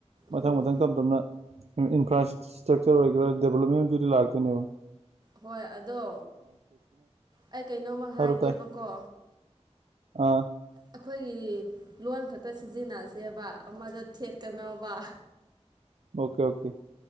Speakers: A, on the right; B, on the right.
A: ꯃꯊꯪ-ꯃꯊꯪ
B: ꯎꯝ
A: ꯇꯞ ꯇꯞꯅ ꯏꯟꯐ꯭ꯔꯥꯁ ꯁꯇ꯭ꯔꯛꯆꯔ ꯑꫭꯏꯒꯦꯔ ꯗꯦꯕꯂꯞꯃꯦꯟꯗꯨꯗꯤ ꯂꯥꯛꯇꫭꯏꯅꯦꯕ꯫
B: ꯍꯣꯏ ꯑꯗꯣ ꯑꯩ ꯀꯩꯅꯣꯃ ꯍꯥꯏꯒꯦꯕꯀꯣ꯫
A: ꯍꯥꯏꯔꯣ ꯇꯥꯏ ꯑꯥ꯫
B: ꯑꯈꯣꯏꯒꯤ ꯂꯣꯟ ꯈꯛꯇ ꯁꯤꯖꯤꯟꯅꯁꯦꯕ ꯑꯃꯗꯣ ꯊꯦꯠꯀꯅꫭꯕꯥ <unintelligible>
A: ꯑꯣꯀꯦ ꯑꯣꯀꯦ꯫